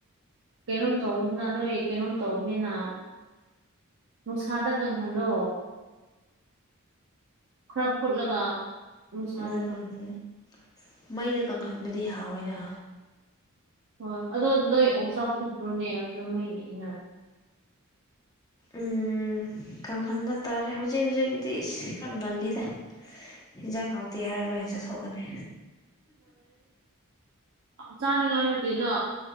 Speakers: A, on the right (about 60°); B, on the left (about 15°).
A: ꯀꯩꯅꯣꯝ ꯇꯧꯕꯅ ꯅꯣꯏ ꯀꯩꯅꯣꯝ ꯇꯧꯕꯅꯤꯅ ꯅꯨꯡꯁꯥꯗ ꯀꯪꯍꯜꯂꯣ ꯈꯔ ꯐꯨꯠꯂꯒ ꯅꯨꯡꯁꯥꯗ
B: ꯎꯝ
A: ꯀꯪꯍꯜꯂꯣ
B: ꯃꯩꯗ ꯀꯪꯈꯟꯕꯗꯤ ꯍꯥꯎꯋꯦꯅ
A: ꯍꯣꯏ ꯑꯗꯣ ꯅꯣꯏ ꯑꯣꯛ ꯆꯥ ꯐꯨꯠꯇ꯭ꯔꯣꯅꯦ ꯑꯗꯨꯗ ꯃꯅꯦ ꯏꯟꯅꯔꯦ
B: ꯎꯝ ꯀꯪꯍꯟꯅ ꯇꯥꯔꯦ ꯍꯧꯖꯤꯛ ꯍꯧꯖꯤꯛꯄꯨꯗꯤ ꯏꯁ ꯈꯪꯍꯜꯂꯤꯗ ꯏꯟꯖꯥꯡ ꯍꯇꯤ ꯇꯤꯍꯔ ꯑꯣꯏ ꯂꯣꯏ ꯍꯁ ꯁꯧ ꯀꯅꯤ
A: ꯆꯥꯅꯤꯉꯥꯏ ꯍꯥꯏꯤ ꯅ